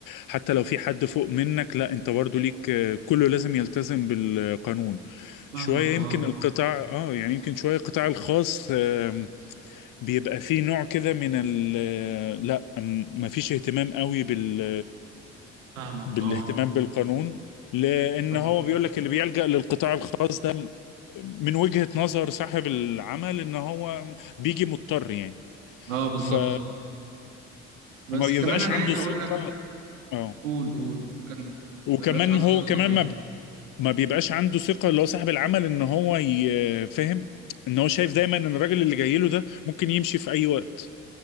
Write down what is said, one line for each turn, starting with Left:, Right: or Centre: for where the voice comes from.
Left: حتى لو في حد فوق منك لا انت برضو ليك آه، كله لازم يلتزم بالقانون
Right: فاهمك
Left: شوية يمكن
Right: أه
Left: القطاع اه يعني يمكن شوية القطاع الخاص آم، بيبقى فيه نوع كده من ال آه، لا م- مفيش اهتمام قوي بال
Right: فاهمك
Left: بالاهتمام
Right: أه
Left: بالقانون لان
Right: فاهم-
Left: هو بيقول لك اللي بيلجأ للقطاع الخاص ده من وجهة نظر صاحب العمل ان هو بيجي مضطر يعني
Right: أه بالظبط
Left: فما
Right: بس
Left: بيبقاش
Right: كمان أنا
Left: عنده
Right: عايز أقول
Left: ثقة
Right: لك
Left: اه
Right: قول قول كمل
Left: وكمان
Right: مبقاش عنده
Left: هو
Right: الثقة
Left: كمان
Right: في إيه
Left: ما ما بيبقاش عنده ثقة اللي هو صاحب العمل ان هو ي- فاهم ان هو شايف دايما ان الراجل اللي جاي له ده ممكن يمشي في اي وقت